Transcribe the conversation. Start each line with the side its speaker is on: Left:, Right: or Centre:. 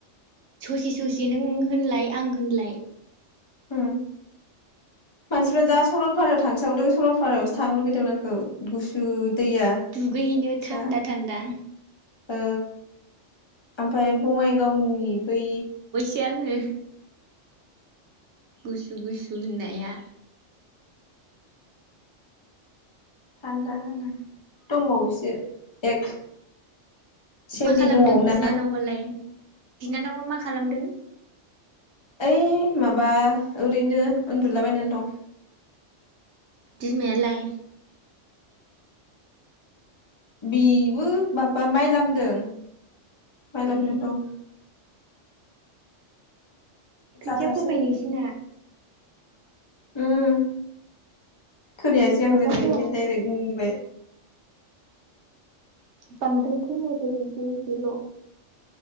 Right: ससे ससे नों होनलाय आं होनलाय ‌।
Left: उम मानसिफ्रा जा सरलपारायाव थांसावदों सरलपारायावसो थांनो लुबैदोंमोन आंखो। गुसु दैया
Right: दुगैहैनो
Left: जा
Right: थान्दा थान्दा।
Left: ओ ओमफ्राय बङाइ गावनि बै
Right: सो आङो। गुसु गुसु होननाया।
Left: थान्दा <unintelligible> दंबावोसो एक सेमनि
Right: मा खालामदों
Left: दंबावो ना
Right: बिनानावालाय? बिनानावा मा खालामदों?
Left: है माबा ओरैनो उन्दुलाबायनानै दं।
Right: बिमायालाय?
Left: बेबो माबा माइ लामदों। माय लामदों
Right: ए
Left: दं।
Right: खोथिया
Left: जाथारसै
Right: फोबाय नोंसिना?
Left: उम। खोनायासै आं
Right: माला
Left: मोजाङै
Right: फोआ
Left: बेखायनो डाइरेक्ट उम बुंबाय।
Right: बांद्राय खोनायाखै इसे एसेल'।